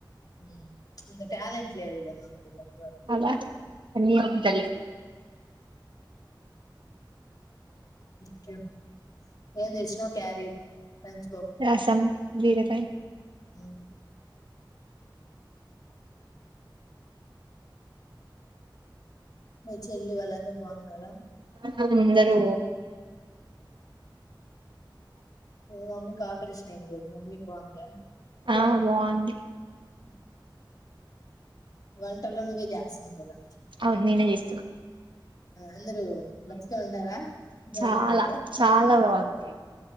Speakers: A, on the left; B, on the right.
A: ఉమ్ ప్చ్ అంత టాలెంట్ లేదులే మా ఇగ
B: అలా అన్యాయం తల్లి
A: ఇంకా ఎం తెచ్చినవు క్యారీ లంచ్
B: రాసం బీరకాయ్
A: ఉమ్ మీ చెల్లి వాళ్ళందరు బావున్నారా
B: అందరు బావున్నారు
A: మీ మమ్మీకి ఆపరేషన్ ఐంది కదా మీ మమ్మీకి బావుందా
B: ఆ బావుంది
A: ఉ వంటలు నువ్వే జేస్తున్నావు కదా
B: అవును నేనే చేస్తున్నా
A: అందరూ మంచిగా ఉన్నారా వాళ్ళందరూ
B: చాలా చాలా బావుంది